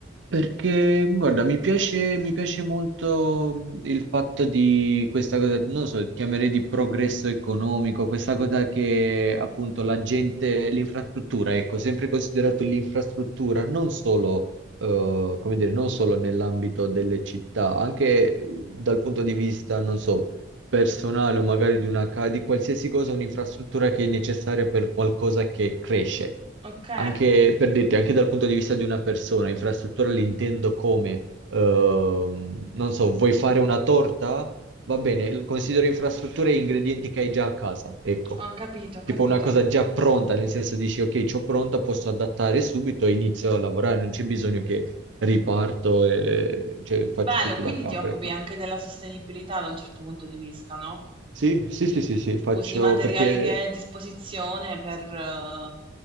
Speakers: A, on the right (about 70°); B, on the right (about 25°).
A: Perché, guarda, mi piace, mi piace molto mh, il fatto di questa cosa, non lo so, chiamerei di progresso economico, questa cosa che appunto la gente, l'infrastruttura, ecco, sempre considerato l'infrastruttura, non solo, eh, come dire, non solo nell'ambito delle città, anche eh, dal punto di vista, non so, personale o magari di una, ca- di qualsiasi cosa, un'infrastruttura che è necessaria per qualcosa che cresce.
B: Ok,
A: Anche per dirti, anche dal punto di vista di una persona, infrastruttura l'intendo come, ehm, non so, vuoi fare una torta? Va bene, l- considero infrastrutture e ingredienti che hai già a casa, ecco.
B: ho capito, ho
A: Tipo
B: capito.
A: una cosa già pronta, nel senso dici, ok, c'ho pronta, posso adattare subito e inizio a lavorare, non c'è bisogno che riparto e cioè, faccio
B: Bello,
A: tutto
B: quindi
A: da capo,
B: ti occupi
A: ecco.
B: anche della sostenibilità da un certo punto di vista, no?
A: Sì, sì, sì, sì, sì, faccio
B: Usi i materiali
A: perché
B: che hai a disposizione per... eh,